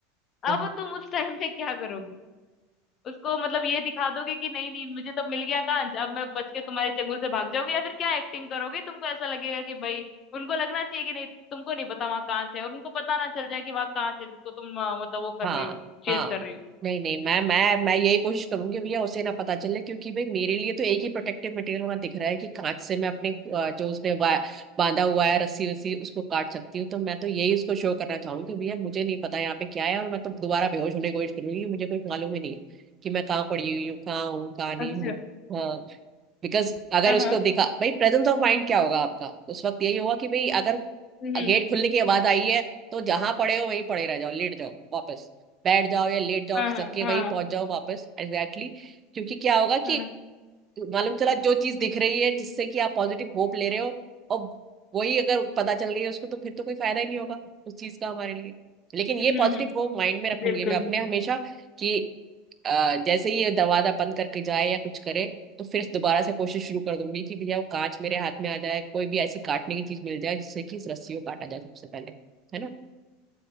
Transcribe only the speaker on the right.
हाँ,
हाँ
हाँ
नहीं नहीं मैं मैं मैं यही कोशिश करूंगी भैया उसे ना पता चले क्योंकि भाई मेरे लिए तो एक ही प्रोटेक्टिव मटेरियल वहां दिख रहा है कि कांच से मैं अपने अ, जो उसने वा- बांधा हुआ है रस्सी वस्सी उसको काट सकती हूँ तो मैं तो यही उसको शो करना चाहूंगी कि भैया मुझे नहीं पता यहाँ पे क्या है और मैं तो दोबारा बेहोश होने की कोशिश करूंगी मुझे कोई मालूम ही नहीं है कि मैं कहाँ पड़ी हुई हूँ कहाँ हूँ कहाँ नहीं
हूँ हाँ। बिकॉज अगर
उसको
दिखा भाई प्रेजेंस ऑफ माइंड क्या होगा आपका उस वक्त यही होगा कि भाई अगर
गेट खुलने की आवाज आई है तो जहां पड़े हो वहीं पड़े रह जाओ लेट जाओ वापस बैठ जाओ या लेट जाओ
खिसक
के
वहीं पहुंच जाओ वापस एग्जैक्टली exactly. क्योंकि क्या होगा
कि
मालूम चला जो चीज दिख रही है जिससे कि आप पॉजिटिव होप ले रहे हो और वही अगर पता चल गई है उसको तो फिर तो कोई फायदा ही नहीं होगा उस चीज का हमारे लिए लेकिन
ये
पॉजिटिव
होप माइंड में रखूंगी
मैं अपने
हमेशा कि अ, जैसे ही ये दरवाजा बंद करके जाए या कुछ करे तो फिर दोबारा से कोशिश शुरू कर दूंगी कि भैया वो कांच मेरे हाथ में आ जाए कोई भी ऐसी काटने की चीज मिल जाए जिससे कि इस रस्सी को काटा जाए सबसे पहले है ना